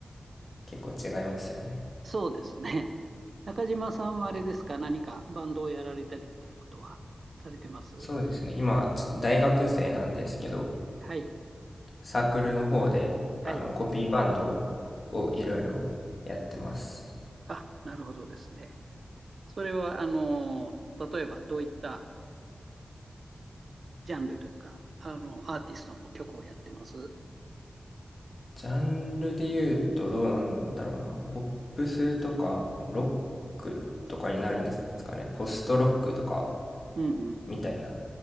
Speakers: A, on the left (about 45°); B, on the right (about 60°).
A: 結構違いますよね。
B: そうですね。中島さんはあれですか、何かバンドをやられたりっていうことはされてます
A: そうですね。今、ちょ大学生なんですけど、
B: はい、
A: サークルの方で、
B: はい。
A: あの、コピーバンドをいろいろやってます。
B: あ、なるほどですね。それは、あの、例えばどういったジャンルというか、あの、アーティストの曲をやってます
A: ジャンルで言うとどうなんだろうな。ポップスとか、ロックとかになるんですかね。ポストロックとか、
B: うんうんうん。
A: みたいな